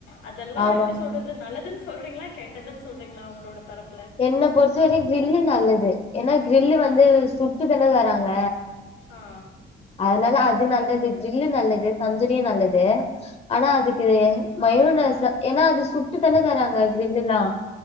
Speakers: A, on the left (about 80°); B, on the left (about 30°).
A: அதல்லாம்
B: ஆமாங்
A: எப்டி சொல்றது நல்லதுன் சொல்றிங்ளா கெட்டதுன் சொல்றிங்ளா உங்ளோட தரப்
B: என்ன பொற்த்த வர்யு க்ரில்லு நல்லத் ஏனா க்ரில்லு வந்து சுட்டு தான தராங்க
A: ஆ
B: அதனால அது நல்லது க்ரில்லு நல்லது தந்தரியு நல்லது ஆனா அதுக்கு மயூனஸ்ஸா ஏனா அது சுட்டு தான தராங்க க்ரில்லுல்லாம்